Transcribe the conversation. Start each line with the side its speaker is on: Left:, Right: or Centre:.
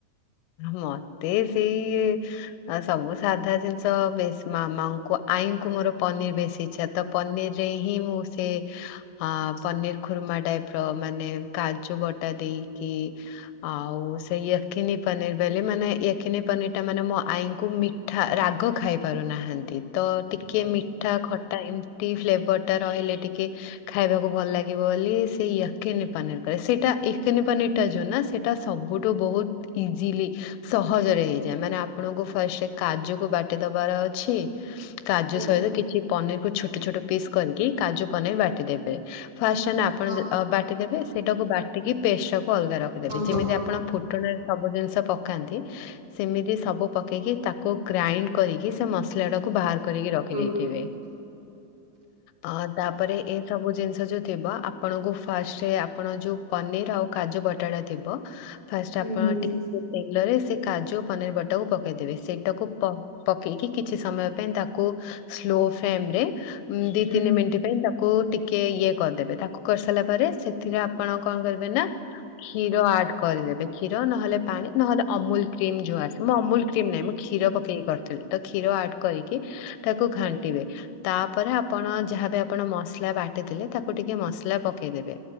Left: ମତେ ସେଇ ସବୁ ସାଧା ଜିନିଷ ବେଶୀ ମାମାଙ୍କୁ ଆଈଙ୍କୁ ମୋର ପନିର ବେଶୀ ଇଚ୍ଛା ତ ପନିରରେ ହିଁ ମୁଁ ସେ ହଁ ପନିର ଖୁର୍ମା ଟାଇପ୍ ର ମାନେ କାଜୁ ବଟା ଦେଇକି ଆଉ ସେଇୟ କିିନି ପନିରି ବୋଲି ମାନେ <unintelligible> ପନିରି ଟା ମାନେ ମୋ ଆଈଙ୍କୁ ମିଠା ରାଗ ଖାଇ ପାରୁନାହାଁନ୍ତି ତ ଟି କେ
Right: ହୁଁ
Left: ମିଠା ଖଟା ଏମତି ଫ୍ଲେଭର୍ ଟା ରହିଲେ ଟିକେ ଖାଇବାକୁ ଭଲ ଲାଗିବ ବୋଲି ସେ ୟକିନି ପାନିର କରେ ସେଇଟା ୟକିନି ପାନିର ଟା ଯୋଉ ନା ସେଇ ଟା ସବୁଠୁ ବହୁତ୍ ଇଜିଲି ସହଜରେ ହେଇଯାଏ, ମାନେ ଆପଣଙ୍କୁ ଫାଷ୍ଟ କାଜୁକୁ ବାଟି ଦବାର ଅଛି କାଜୁ
Right: ହୁଁ
Left: ସହିତ କିଛି ପନିରି କୁ ଛୋଟ-ଛୋଟ ପିସ୍ କରିକି କାଜୁ ପନିର ବାଟିଦେବେ। ଫାଷ୍ଟ <unintelligible> ଆପଣ
Right: ହଁ
Left: ବାଟିଦେବେ ସେଇଟାକୁ ବାଟିକି ପେଷ୍ଟ ଟାକୁ ଅଲଗା ରଖିଦେବେ ଯେମିତି
Right: ହଁ ହଁ
Left: ଆପଣ ଫୁଟଣ ସବୁ ଜିନିଷ ପକାନ୍ତି ସେମିତି ସବୁ ପକେଇକି ତାକୁ ଗ୍ରାଇଣ୍ଡ କରିକି ସେ ମସଲା ଟାକୁ ବାହା କରିକି ରଖି
Right: ହୁଁ
Left: ଦେଇେଥିବେ। ଅ ତାପରେ ଏ ସବୁ ଜିନିଷ ଯୋଉ ଥିବ ଆପଣଙ୍କୁ ଫାଷ୍ଟ ଆପଣ ଯୋଉ ପନିରି ଆଉ କାଜୁ ବଟାଟା ଥିବ ଫାଷ୍ଟ୍
Right: ହୁଁ ହୁଁ।
Left: ତେଲରେ ସେ କାଜୁ ଓ ପନିରି ବଟାକୁ ପକେଇଦେବେ ସେଇଟାକୁ ପକେଇକି କିଛି ସମୟ ପାଇଁ ତାକୁ ସ୍ଲୋ ଫ୍ଲେମ୍ ରେ ଉଁ ଦି
Right: ହୁଁ
Left: ତିନି ମିନିଟ୍ ପାଇଁ ତାକୁ ଟିକେ ଇଏ କରିଦେବେ ତାକୁ କରିସାରିଲା ପରେ ସେ ଏଥିରେ ଆପଣ କଣ କରିବେ ନା କ୍ଷୀର ଆଡ୍ କରିଦେବେ। କ୍ଷୀର ନହେଲେ ପାଣି ନହେଲେ ଅମୁଲ କ୍ରିମ୍ ଯୋଉ ଆସେ ମୁଁ ଅମୁଲ କ୍ରିମ ନାହିଁ ମୁଁ କ୍ଷୀର ପକେଇକି କରିଥିଲି। ତ କ୍ଷୀର ଆଡ୍ କରିକି ତାକୁ ଘାଣ୍ଟିବେ। ତାପରେ ଆପଣ ଯାହାବି ଆପଣ ମସଲା ବାଟି ଥିଲେ ତାକୁ ଟିକେ ମସଲା ପକେଇଦେବେ।